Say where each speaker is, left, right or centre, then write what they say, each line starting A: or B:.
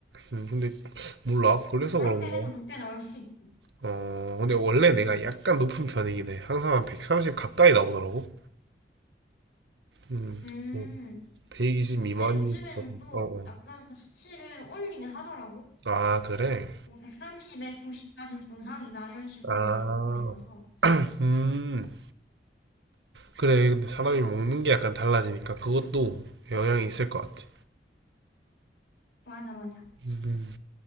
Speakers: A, on the right (about 80°); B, on the left (about 85°).
A: 음, 근데 몰라. 그래서
B: 그렇게
A: 그런가?
B: 해도 높게 나올 수 있어.
A: 어, 근데 원래
B: 응.
A: 내가 약간 높은 편이긴 해. 항상 한 130 가까이 나오더라고. 음,
B: 음.
A: 뭐120 미만이
B: 근데 요즘에는
A: 거든.
B: 또
A: 어, 어.
B: 약간 그 수치를 올리긴 하더라고.
A: 아, 그래?
B: 뭐 130에 90까지는 정상이다. 이런 식으로
A: 아,
B: 많이 보고 있어서.
A: 음, 그래. 근데 사람이 먹는 게 약간 달라지니까 그것도 영향이 있을 것 같아.
B: 맞아, 맞아.
A: 음,